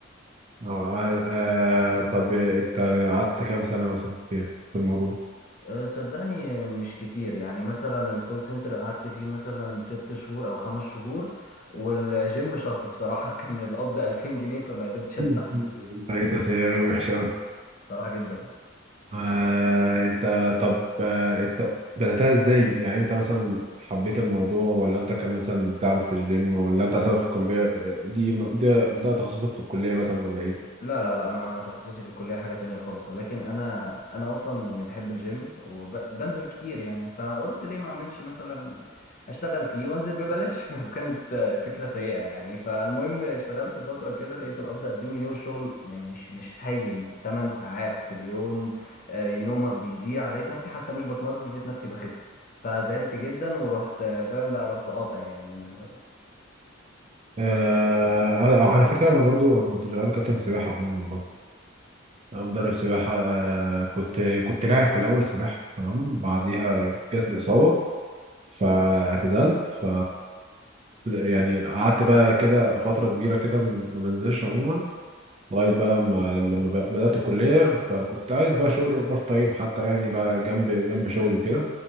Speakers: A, on the right (about 30°); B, on the left (about 45°).
A: أه أه آه، طب انت قعدت كام سنة مثلا في في الموضوع؟
B: آه، صدقني آه، مش كتير يعني مثلا الكول سنتر قعدت فيه مثلا ست شهور او خمس شهور والجيم شهر بصراحة <laughs> كان القبض 2000 جنيه فما قدرتش
A: مم.
B: استحمل
A: انت ايه ده سيء قوي وحش قوي
B: بصراحة جدا
A: أه انت طب أه انت بدأتها ازاي؟ يعني انت مثلا حبيت الموضوع ولا انت كان مثلا تعرف في الجيم ولا انت مثلا في الكلية دي ده, ده تخصصك في الكلية مثلا ولا ايه؟
B: لا لا لا انا تخصصي في الكليه حاجه تانية خالص ولكن انا انا اصلا يعني بحب الجيم وبنزل كتير يعني فقلت ليه ما اعملش مثلا اشتغل فيه وانزل ببلاش <laughs> وكانت آه، فكره سيئه يعني فالمهم اشتغلت فتره كده لقيت القبض 2000 جنيه والشغل يعني مش مش هين 8 ساعات في اليوم آه، نومك بيضيع لقيت نفسي حتى مش بتمرن لقيت نفسي بخس فزعلت جدا ورحت آه، فاهم لا رحت قاطع يعني
A: أه على فكرة انا برضو انا كنت شغال كابتن سباحة عموما برضو. أنا مدرب سباحة آه، كنت كنت لاعب في الأول سباحة تمام بعديها جات لي إصابة فاعتزلت ف يعني قعدت بقى كده فترة كبيرة كده م- ما بنزلش عموما لغاية بقى ما لما ب- بدأت الكلية فكنت عايز بقى شغل بارت تايم حتى يعني بقى جنب جنب شغلي وكده